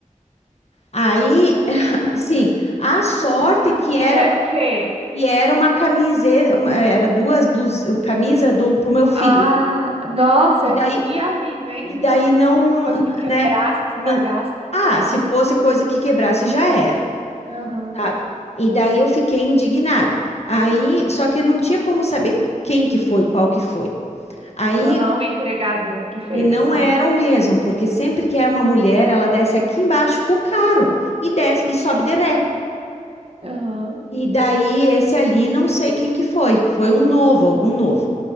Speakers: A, on the left; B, on the right.
A: Aí, <laughs> sim, a sorte
B: Coitada.
A: que era
B: Era o quê?
A: que era uma camiseta, uma- era duas blusas, camisa do pro meu filho.
B: Ah, nossa,
A: E daí,
B: que alívio, hein?
A: e daí
B: Que se fosse
A: não,
B: uma coisa que quebrasse,
A: né,
B: estragasse,
A: não. Ah,
B: gastasse.
A: se fosse coisa que quebrasse já era,
B: Aham.
A: sabe? E daí eu fiquei indignada. Aí, só que não tinha como saber quem que foi, qual que foi. Aí
B: Aham, o entregador que fez
A: E não
B: essa.
A: eram mesmo, porque sempre que é uma mulher, ela desce aqui embaixo com o carro e desce e sobe de ré.
B: Aham.
A: E daí esse ali, não sei quem que foi, foi um novo, algum novo.